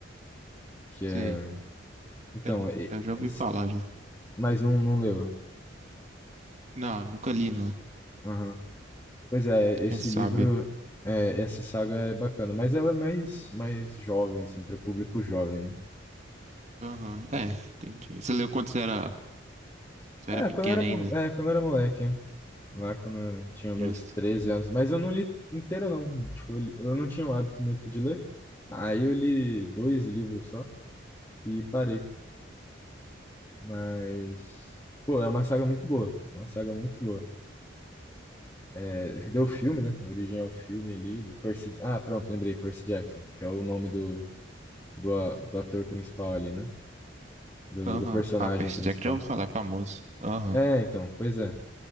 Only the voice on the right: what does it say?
Sei.
Eu,
eu já ouvi
falar já.
Não, nunca li, não.
Quem sabe?
Aham, É, entendi. Você leu quando você era, você
era pequena
ainda?
Justo.
Aham.
Ah, Percy
Jackson, já ouvi falar, é famoso. Aham,